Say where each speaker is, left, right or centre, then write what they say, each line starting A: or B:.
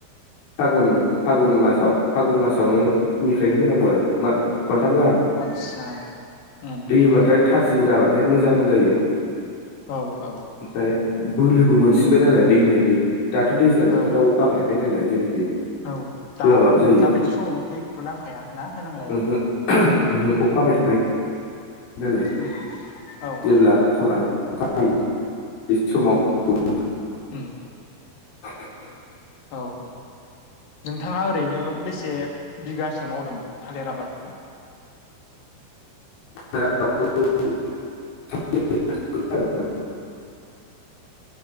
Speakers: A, on the left (about 70°); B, on the left (about 55°).
A: फागुन फागुन मासाव फागुन मासावनो निफ्रायनो होनांगौ आरो मा खनथाम गाहाम
B: आदसा उम
A: दै
B: उम
A: होबाथाय
B: उम
A: थाजिम जाबाथाय मोजां जायो
B: औ औ
A: ओमफ्राय बोलोबो मोनसिनबाय नालाय दै होनायजों दाथ' दैज्लां बोथोराव
B: औ
A: अखा हाबाय थाखायो नालाय जेनेखि
B: औ दा
A: होआबाबो
B: उम
A: जायो
B: दाबायदि समाव दैखौथ' नांखाया ना होनांलाया
A: ओहो
B: उम
A: ओहो अखा हाबाय थाखायो नालाय
B: उम औ
A: जेब्ला
B: औ
A: खरान अखानायै
B: उम
A: बि समाव बयहाबो
B: उम
A: <inaudible>
B: औ औ नोंथाङा ओरैनो बेसे बिगासो मावदोंमोन थालेर आबादखौ
A: थालिर आबादखो <unintelligible>